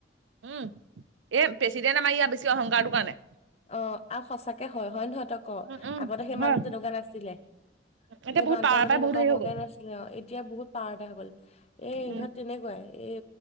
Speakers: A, on the right; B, on the left.
A: উম এ' প্ৰেচিডেণ্ট মাৰিয় অহংকাৰটো কাৰণে।
B: অঁ, আৰু সচাকে হয়। হয়ে নহ ক,
A: উম উম
B: আগতে সেই
A: হয়
B: মানুহটোো তেনেকুৱা নাছিলে,
A: এতিয়া
B: সেই
A: বহুত
B: মানুহটো
A: পাৱাৰ
B: আগতে
A: পাই
B: এনেকুৱা
A: বহুত হেৰি
B: হহকে
A: হৈ গ'ল
B: নাছিলে অ' এতিয়া বহুত পাৰ এটা গল, এ'
A: উম
B: ইহঁত তেনেকুৱাই। এই